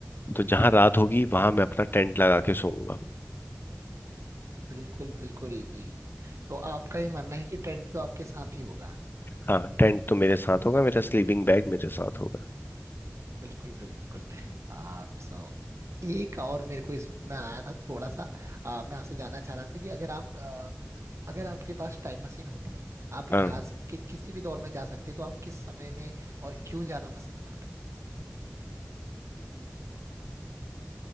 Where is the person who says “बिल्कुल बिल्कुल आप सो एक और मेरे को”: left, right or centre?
Right